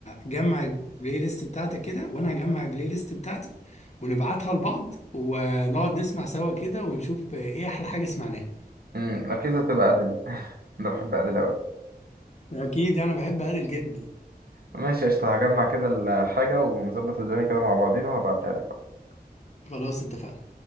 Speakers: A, on the left (about 45°); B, on the right (about 65°).
A: جمع البلاي ليست بتاعتك كده وانا هجمع البلاي ليست بتاعتي ونبعتها لبعض ونقعد نسمع سوا كده ونشوف آه، ايه احلى حاجه سمعناها
B: مم، أكيد هتبقى أدل <laughs> أنا بحب أدل أوي
A: اكيد انا بحب ادل جدا
B: ماشي قشطة هجمع كده الحاجة ونظبط الدنيا كده مع بعضينا وهبعتها لك
A: خلاص اتفقنا